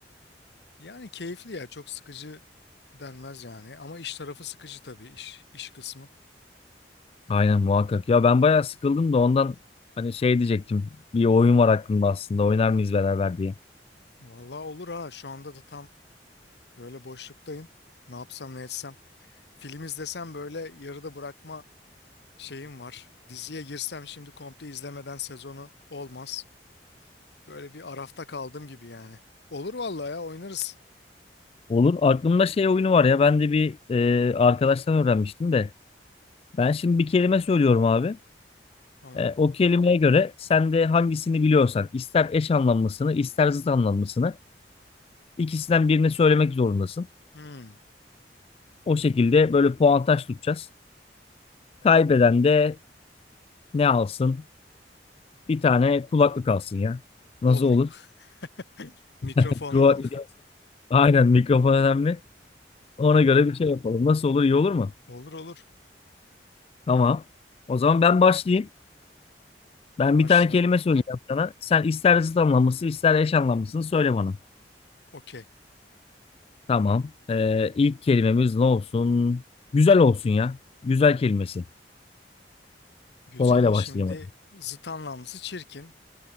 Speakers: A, on the left (about 70°); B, on the left (about 35°).
A: Yani keyifli ya çok sıkıcı denmez yani. Ama iş tarafı sıkıcı tabii iş, iş kısmı.
B: Aynen muhakkak. Ya ben bayağı sıkıldım da ondan hani şey diyecektim. Bir oyun var aklımda aslında. Oynar mıyız beraber diye.
A: Vallahi olur ha şu anda da tam böyle boşluktayım. Ne yapsam ne etsem. Film izlesem böyle yarıda bırakma şeyim var. Diziye girsem şimdi komple izlemeden sezonu olmaz. Böyle bir arafta kaldım gibi yani. Olur vallahi ya oynarız.
B: Olur. Aklımda şey oyunu var ya. Ben de bir e, arkadaştan öğrenmiştim de. Ben şimdi bir kelime söylüyorum abi.
A: Tamam.
B: E, o kelimeye göre sen de hangisini biliyorsan ister eş anlamlısını ister zıt anlamlısını ikisinden birini söylemek zorundasın.
A: Hmm.
B: O şekilde böyle puantaj tutacağız. Kaybeden de ne alsın? Bir tane kulaklık alsın ya. Nasıl
A: Olur.
B: olur?
A: <laughs> Mikrofonla.
B: Mikro... Aynen mikrofon önemli. Ona göre bir şey yapalım. Nasıl olur? İyi olur mu?
A: Olur olur.
B: Tamam. O zaman ben başlayayım. Ben
A: Başla.
B: bir tane kelime söyleyeceğim sana. Sen ister zıt anlamlısı ister eş anlamlısını söyle bana.
A: Okey.
B: Tamam. Ee, ilk kelimemiz ne olsun? Güzel olsun ya. Güzel kelimesi.
A: Güzelin
B: Kolayla
A: şimdi
B: başlayamadım.
A: zıt anlamlısı çirkin.